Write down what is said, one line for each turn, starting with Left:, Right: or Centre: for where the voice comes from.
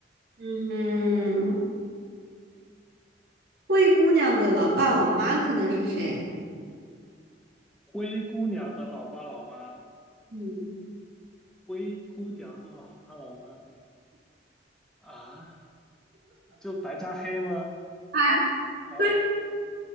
Right: 嗯，灰姑娘的老爸老妈可能是谁？
Centre: 灰姑娘的老爸老妈，
Right: 嗯，
Centre: 灰姑娘的老爸老妈啊，就白加黑吗？
Right: 哎，
Centre: 白白
Right: 对，